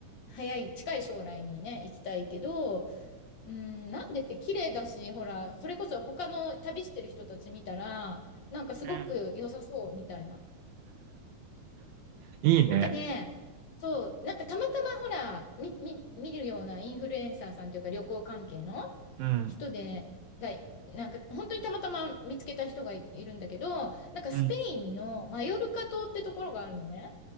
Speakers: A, on the left; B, on the right.
A: 早い、近い将来にね、行きたいけど、うん、なんでって綺麗だし、ほら、それこそ他の旅してる人たち見たら、なんかすごく良さそうみたいな。
B: うん。いいね。
A: なんかね、そう、なんかたまたまほら、み、み、見るようなインフルエンサーさんというか旅行関係の人で、
B: うん。
A: が、なんか本当にたまたま見つけた人がい、いるんだけど、なんかスペインのマヨルカ島ってところがあるのね。
B: うん。